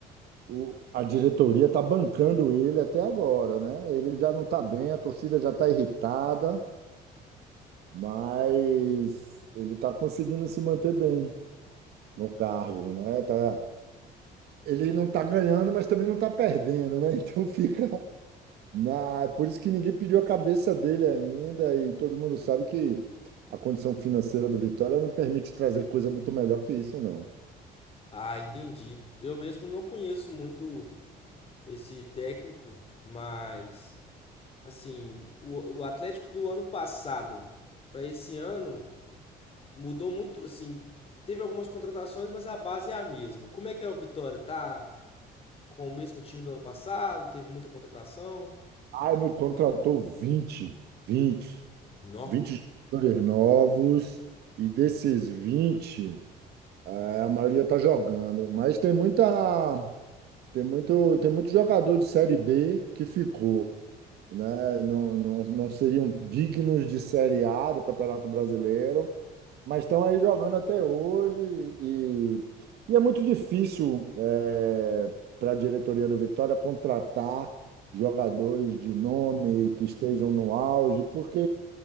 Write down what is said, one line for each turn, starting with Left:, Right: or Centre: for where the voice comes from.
Right: o- a diretoria está bancando ele até agora, né? Ele já não está bem, a torcida já está irritada, mas ele está conseguindo se manter bem no cargo, né? Tá, ele não está ganhando, mas também não está perdendo, né? <laughs> Então fica na... Por isso que ninguém pediu a cabeça dele ainda, e todo mundo sabe que a condição financeira do Vitória não permite trazer coisa muito melhor que isso, não.
Left: Ah, entendi. Eu mesmo não conheço muito esse técnico, mas assim, o, o Atlético do ano passado para esse ano mudou muito, assim, teve algumas contratações, mas a base é a mesma. Como é que é o Vitória? Tá com o mesmo time do ano passado? Teve muita contratação?
Right: Ah, meu contratou vinte, vinte,
Left: Não.
Right: vinte jogadores novos, e desses 20 eh, a maioria está jogando. Mas tem muita, tem muito, tem muito jogador de Série B que ficou né? Não, não, não seriam dignos de Série A do Campeonato Brasileiro, mas estão aí jogando até hoje e, e é muito difícil é, para a diretoria do Vitória contratar jogadores de nome que estejam no auge, porque